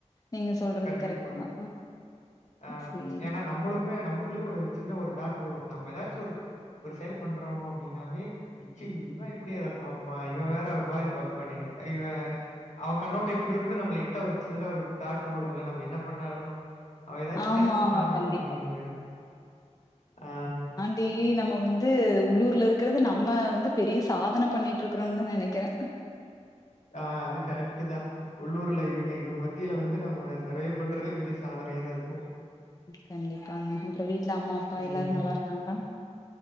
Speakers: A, on the left; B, on the left.
A: நீங்க சொல்றது
B: கண்டிப்பா.
A: கரெக்ட்டுதா
B: ஆ
A: சேரி
B: ஏன்னா நம்மளுமே நமக்குள்ளேயுமே ஒரு சின்ன ஒரு தாட் ஓடு நம்ம ஏதாச்சு ஒரு ஒரு செயல் பண்றோ அப்டின்னாவே அய்யய்யோ இவ எப்டி அத பாப்பா இவ வேற ஒரு மாரி பாப்பானே இவ அவ கண்ணோட்ட எப்டி இருக்குன்னு நம்ம லைட்டா ஒரு சின்னதா ஒரு தாட் ஓடுல நம்ம என்ன பண்ணாலு அவ ஏதாச்சு
A: ஆமா,
B: நெனச்சிப்பனா
A: ஆமா. கண்டிப்பா.
B: அப்டிங்கிற மாரி ஆ
A: டெய்லி நம்ம வந்து உள்ளூர்ல இருக்கிறது நம்ம வந்து பெரிய சாதன பண்ணிட்டு இருக்கிறோந்தா நெனைக்கிறே
B: ஆ அது கரெக்டு தா உள்ளூர்ல இவேங்க இவங்க மத்தியில வந்து நம்ம சர்வை பண்றதே பெரிய சாதனையா தா இருக்கு
A: கண்டிப்பாங்க அப்பற வீட்ல அம்மா அப்பா
B: ம்.
A: எல்லாரு நல்லா இருக்காங்ளா